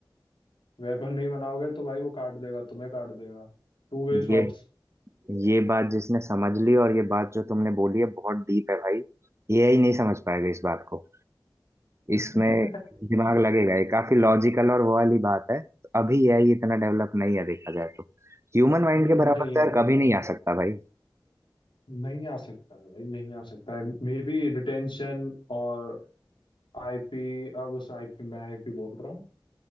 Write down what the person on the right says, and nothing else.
ये ये बात जिसने समझ ली और ये बात जो तुमने बोली है बहुत डीप है भाई एआई नहीं समझ पाएगा इस बात को
इसमें दिमाग लगेगा ये काफी लॉजिकल और वो वाली बात है तो अभी एआई इतना डेवलप नहीं है देखा जाए तो ह्यूमन माइंड
के बराबर तो
यार
कभी
नहीं आ सकता भाई